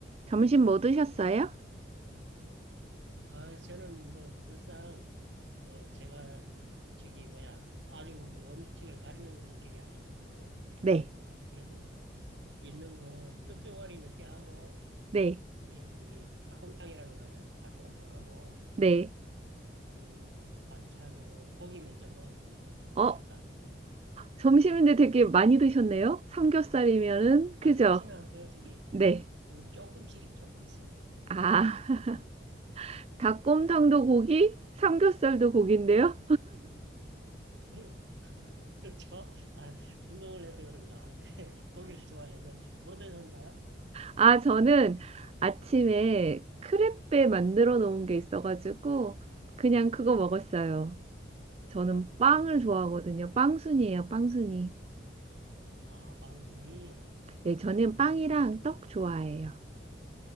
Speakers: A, on the right; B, on the right.
A: 점심 뭐 드셨어요?
B: 아, 저는 뭐 늘상 뭐 제가 저기 뭐야 아주 그 음식을 가리는 성격이 아니거든요.
A: 네,
B: 그래서 있는 거 떡종아리 몇 개 하고
A: 네,
B: 우리 저기 닭곰탕이라고 하나요? 닭곰탕하고
A: 네.
B: 그리고 반찬으로 고기 몇 점 먹었습니다.
A: 어,
B: 삼겹살.
A: 점심인데 되게 많이 드셨네요? 삼겹살이면은,
B: 아니
A: 그죠?
B: 많지는 않고요. 저기
A: 네.
B: 음, 조금씩 조금씩.
A: 아, <laughs> 닭곰탕도 고기, 삼겹살도 고기인데요?
B: <laughs> 그렇죠? 아, 운동을 해서 그런가 <laughs> 고기를 좋아해서 뭐 드셨나요?
A: 아, 저는 아침에 크레페 만들어 놓은 게 있어가지고, 그냥 그거 먹었어요. 저는 빵을 좋아하거든요. 빵순이에요, 빵순이.
B: 아, 방순이
A: 예, 저는 빵이랑
B: 그
A: 떡 좋아해요.